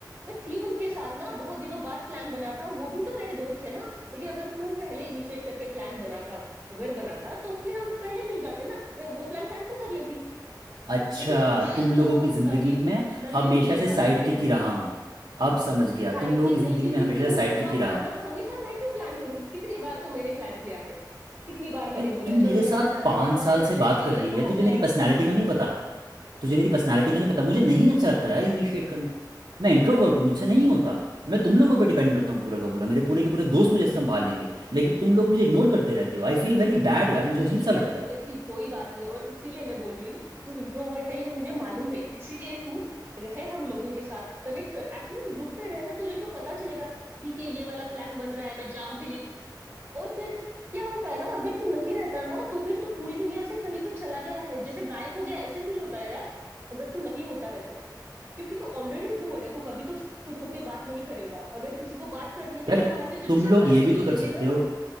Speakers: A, on the right; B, on the right.
A: मैं थी उनके साथ ना बहुत दिनों बाद प्लान बना था वो भी तो मेरे दोस्त है ना लेकिन अगर तू पहले इनिशिएट करके प्लान बनाता अगर बनाता तो फिर हम पहले मिल जाते ना मैं वो प्लान कैंसिल कर लेती
B: अच्छा
A: लेकिन ये
B: तुम लोगों
A: तो
B: की जिंदगी
A: कभी
B: में
A: नहीं
B: हमेशा
A: सूझेगा
B: से साइड
A: तुझे
B: किक ही रहा हूँ अब समझ गया
A: साइड
B: तुम लोगों
A: किक
B: की जिंदगी
A: नहीं क्योंकि
B: में हमेशा
A: तू
B: से साइड
A: शुरुआत
B: किक ही रहा
A: करना
B: हूँ
A: हमेशा मैं क्यों प्लान करूं कितनी बार तो मैंने प्लान किया है कितनी बार मैंने
B: यार
A: बोला
B: तू मेरे
A: चलो
B: साथ
A: यहाँ जाते
B: पाँच
A: हैं
B: साल
A: वहां जाते
B: से बात
A: हैं
B: कर
A: यहाँ
B: रही है
A: आ
B: तुझे
A: जा
B: मेरी पर्सनालिटी का नहीं पता तुझे मेरी पर्सनालिटी का नहीं पता मुझे नहीं अच्छा लगता यार इनिशिएट करना मैं इंट्रोवर्ट हूँ मुझसे नहीं होता मैं तुम लोगों पे डिपेंड करता हूँ पूरा का पूरा मेरे पूरे के पूरे दोस्त मुझे संभाल लेंगे लेकिन तुम लोग मुझे इग्नोर करते रहते हो आई फील वेरी बैड
A: नहीं
B: यार मुझे अजीब सा लगता
A: ऐसी
B: है
A: ऐसी कोई बात नहीं है और इसीलिए मैं बोल रही हूँ तू इंट्रोवर्ट है ये मुझे मालूम है इसीलिए तू रहे हम लोगों के साथ कनेक्ट कर एटलीस्ट ग्रुप पे रहे ना तुझे को पता चलेगा ठीक है ये वाला प्लान बन रहा है मैं जाऊंगी नहीं और फिर क्या होता है ना अगर तू नहीं रहता ना तो फिर तू पूरी दुनिया से कहीं पे चला गया है जैसे गायब हो गया ऐसे फील होता है यार अगर तू नहीं होता है तो क्योंकि तू ऑलरेडी इंट्रोवर्ट है तू कभी तो खुद होके बात नहीं करेगा अगर किसी को बात करनी है तो
B: यार
A: वो वहां पे तुझसे
B: तुम लोग
A: कर
B: ये
A: तो
B: भी तो
A: लेंगे
B: कर सकते
A: ना
B: हो